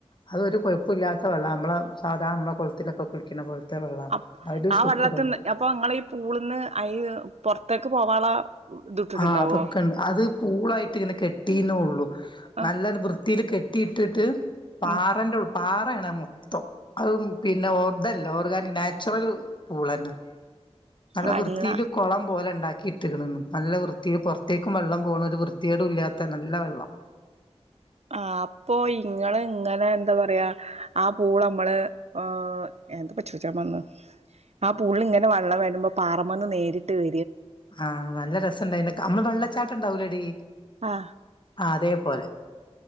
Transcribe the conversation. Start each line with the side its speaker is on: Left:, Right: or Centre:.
Left: അതൊരു കുഴപ്പമില്ലാത്ത ഇല്ല നമ്മള സാധാ നമ്മള കെൾത്തിലൊക്കെ കുളിക്കുന്ന പോലത്തെ വെള്ളമാണ്
Right: അ
Left: അതില്
Right: ആ
Left: സൂക്കേടൊന്നും
Right: വെള്ളത്തിന്ന് അപ്പൊ ഇങ്ങള് ഈ പൂളിന്ന് ഈ പൊർത്തേക്ക് പോവാള്ള ഇതിട്ടിട്ടുണ്ടാവോ
Left: ആഹ് അതൊക്കെണ്ട്. അത് പൂളായിട്ട് ഇങ്ങനെ കെട്ടീന്നേള്ളു.
Right: ആ
Left: നല്ലൊരു വൃത്തിൽ കെട്ടി കെട്ടിട്ട് പാറൻ്റെള്ള്
Right: ഉം
Left: പാ നാണ് മൊത്തം. അത് പിന്നെ ഓർഗാനി നാച്ചുറൽ പൂളന്നെ നല്ല
Right: വെള്ള
Left: വൃത്തിയില് കുളം പോലെ ഉണ്ടാക്കി ഇട്ട്ക്ണു നല്ല വൃത്തി പുറത്തേക്കും വെള്ളം പോകണ ഒരു വൃത്തികേടുല്ല്യാത്ത നല്ല വെള്ളം
Right: ആ അപ്പൊ ഇങ്ങള് ഇങ്ങനെ എന്താ പറയാ ആ പൂള് നമ്മള് ഏ എന്തപ്പ ചോയിച്ചാൻ വന്ന് ആ പൂള് ൽ ഇങ്ങനെ വള്ളം വേടുമ്പോ പാറമ്മന്ന് നേരിട്ട് വ
Left: ആന് നല്ല രസണ്ടായ്ന് നമ്മള് വെള്ളച്ചാട്ടം ഉണ്ടാവൂലടി
Right: ആ
Left: ആ അതെ പോലെ